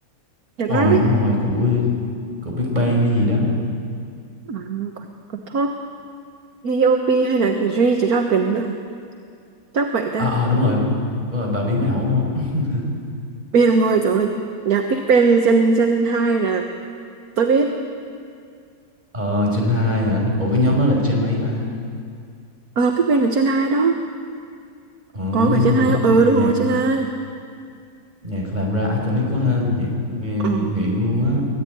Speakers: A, on the right; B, on the right.
A: Nhạc
B: Đúng
A: rap
B: rồi
A: ấy.
B: đúng rồi của của Big Bang hay gì đó
A: À, còn còn Top, T.O.P hay là G-Dragon nữa. hả? Chắc vậy ta.
B: ờ à, đúng rồi đúng rồi bà biết mấy ổng không <laughs>
A: Biết ông ơi rồi. Nhạc Big Bang Gen, Gen 2 là tôi biết.
B: ờ trên 2 hả ủa cái nhóm đó là trên mấy ta
A: Ờ, Big Bang là Gen 2 đó.
B: ờ
A: Có phải Gen 2 không? Ừ
B: nhưng
A: đúng rồi,
B: nhạc
A: Gen hai
B: nhạc làm ra iconic quá ha nhạc nghe
A: Ờ,
B: nghiện luôn á